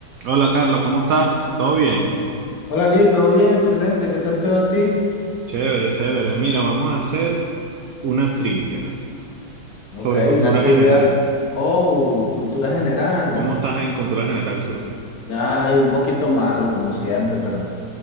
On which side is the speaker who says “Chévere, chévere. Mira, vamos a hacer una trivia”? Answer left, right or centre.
Right